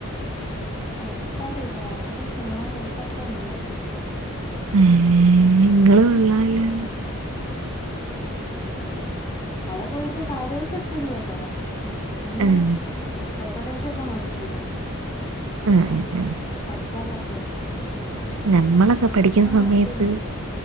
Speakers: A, on the left; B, on the right.
A: എത്താറീല്ല ഭയങ്കര ക്ഷീണം കൊഴക്കൊക്കണ്ട്
B: ഉം ഏഹ് ഇങ്ങള് കൊള്ളാലോ
A: അട പോയിട്ട് കാര്യായിട്ട് എത്തൂലേട്ടൊ ഇന്ന്
B: ഉം
A: ഏകദേശോക്ക നോക്കീണ്
B: ഉം ഉം ഉം
A: പഠിക്കാന്ള്ളൊക്കെ
B: ഞമ്മളൊക്കെ പഠിക്കുന്ന
A: മനസ്സിലുണ്ട്
B: സമയത്ത്